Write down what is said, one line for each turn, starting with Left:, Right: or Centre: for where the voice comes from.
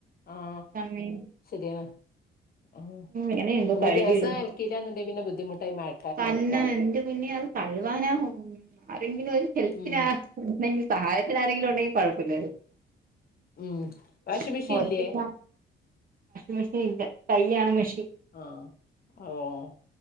Left: ആഹ്
Right: <unintelligible>
Left: ശരിയാണ് ആഹ്
Right: ഇങ്ങനെ എന്തോ
Left: നമ്മള്
Right: കഴുകിയിടുന്നു
Left: ദെവസ അൽക്കില്ലന്നുണ്ടെങ്ക പിന്നെ ബുദ്ധിമുട്ടായി മയ
Right: <unintelligible> കഴുവാനാ ആരെങ്കിലും ഒരു ഹെൽപിനാ
Left: ഉം
Right: ഉണ്ടെങ്കിൽ സഹായത്തിന് ആരെങ്കിലും ഒണ്ടെങ്കിൽ കുഴപ്പല്ലേ രുന്നു
Left: ഉം
Right: <inaudible>
Left: വാഷിംഗ് മെഷീൻ
Right: വാഷിംഗ്
Left: ഇല്ലേ
Right: മെഷീൻ ഇല്ല കൈയ്യാണ് മെഷീൻ
Left: ആഹ് ആഹ്